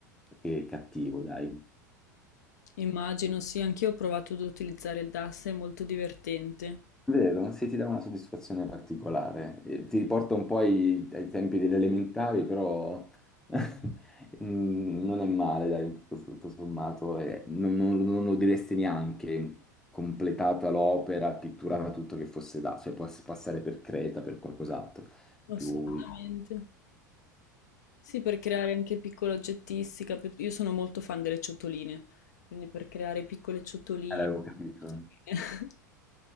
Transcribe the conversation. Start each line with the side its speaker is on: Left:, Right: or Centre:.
Centre: che cattivo, dai.
Left: Immagino, sì, anch'io ho provato ad utilizzare il DAS, è molto divertente.
Centre: Vero? Sì, ti dà una soddisfazione particolare. Eh, Ti riporta un po' ai, ai tempi delle elementari, però <laughs> mm, non è male, dai, tutto, tutto sommato. Eh, non, non- non lo diresti neanche completata l'opera, pitturata tutto che fosse da, cioè può passare per Creta, per qualcos'altro.
Left: Assolutamente.
Centre: Più...
Left: Sì, per creare anche piccola oggettistica, pi- io sono molto fan delle ciotoline, quindi per creare piccole ciotoline
Centre: Eh, L'avevo capito.
Left: <laughs>